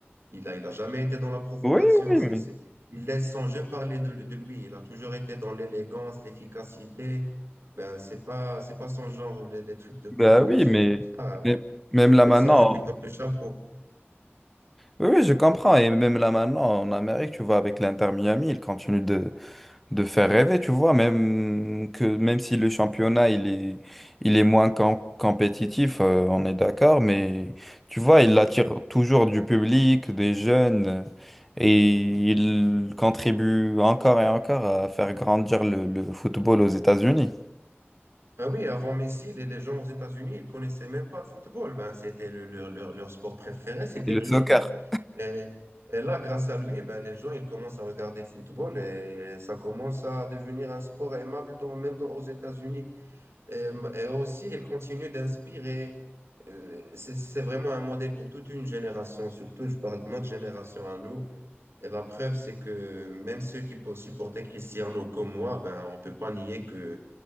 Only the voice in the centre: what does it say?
Oui, oui,
mais-
bah oui, mais
mais même
là
maintenant.
Oui, oui, je comprends. Et même là maintenant, en Amérique, tu vois, avec l'Inter Miami, il continue de, de faire rêver, tu vois, même que même si le championnat il est, il est moins com- compétitif, euh, on est d'accord, mais tu vois, il attire toujours du public, des jeunes, euh, et il contribue encore et encore à faire grandir le, le football aux États-Unis
et le
soccer.